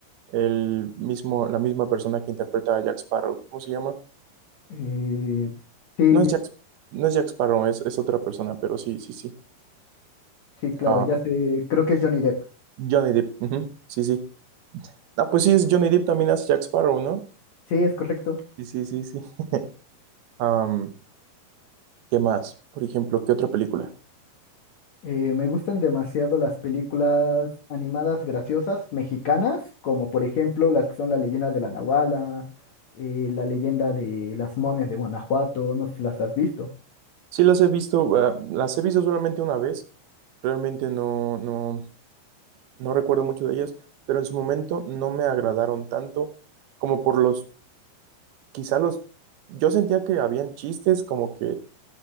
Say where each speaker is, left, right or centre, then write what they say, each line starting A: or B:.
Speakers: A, on the right (about 70°); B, on the left (about 65°).
A: el mismo, la misma persona que interpreta a Jack Sparrow. ¿Cómo se llama?
B: Eh, sí,
A: No es Jack, no es Jack Sparrow, es, es otra persona, pero sí, sí, sí.
B: sí, claro,
A: Ah,
B: ya sé, creo que es Johnny Depp.
A: Johnny Depp. ujú, Sí, sí. Ah, pues sí, es Johnny Depp también hace Jack Sparrow, ¿no?
B: Sí, es correcto.
A: Sí, sí, sí, sí. <laughs> Am, ¿qué más? Por ejemplo, ¿qué otra película?
B: Eh, me gustan demasiado las películas animadas graciosas mexicanas, como por ejemplo las que son La leyenda de la Nahuala, eh, La leyenda de las momias de Guanajuato, no sé si las has visto.
A: Sí, las he visto, ah, las he visto solamente una vez. Realmente no, no, no recuerdo mucho de ellas, pero en su momento no me agradaron tanto como por los, quizá los, yo sentía que habían chistes como que